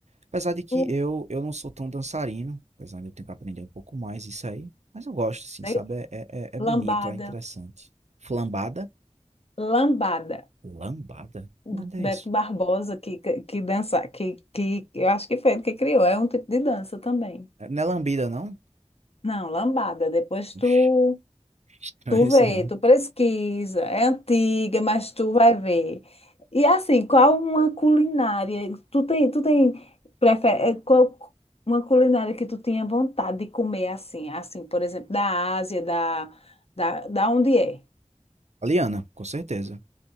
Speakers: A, on the right (about 70°); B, on the left (about 55°).
A: Apesar de que
B: Tu-
A: eu, eu não sou tão dançarino, apesar de eu ter que aprender um pouco mais isso aí, mas eu gosto, assim,
B: né?
A: sabe? É, é, é é
B: Lambada,
A: bonito, é interessante. Flambada?
B: lambada.
A: Lambada?
B: O
A: Nada
B: Beto
A: é isso.
B: Barbosa que, que que dança, que, que eu acho que foi ele que criou, é um tipo de dança também.
A: É- Não é lambida, não?
B: Não, lambada. Depois tu,
A: Oxi, <laughs> não
B: tu
A: é esse
B: vê,
A: não.
B: tu pesquisa. É antiga, mas tu vai ver. E assim, qual uma culinária? Tu tem, tu tem prefer... eh, qual uma culinária que tu tinha vontade de comer assim? Assim, por exemplo, da Ásia, da, da, da onde é?
A: Aliana, com certeza.